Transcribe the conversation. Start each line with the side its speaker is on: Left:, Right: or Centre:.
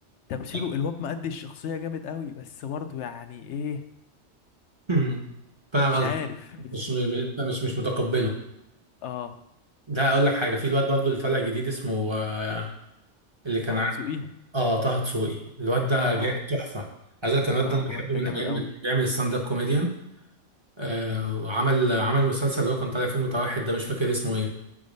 Left: تمثيله
Right: <clears throat>
Left: الواد مأدي الشخصية جامد قوي بس برضو يعني ايه
Right: مم. فاهم
Left: مش
Right: قصدي
Left: عارف
Right: مش م- م- مش مش متقبله
Left: <laughs> اه
Right: لا اقول لك حاجة في الواد برضه اللي طالع جديد اسمه آه، اللي كان
Left: طه
Right: ع-
Left: دسوقي
Right: اه طه دسوقي الواد ده
Left: اه
Right: جاي تحفة عايز اقول لك الواد
Left: اه
Right: ده انا
Left: الواد
Right: بحبه
Left: ده
Right: من
Left: جامد
Right: ايام
Left: قوي
Right: ما كان بيعمل ستاند اب كوميديان آه وعمل عمل مسلسل اللي هو كان طالع فيه متوحد ده مش فاكر اسمه ايه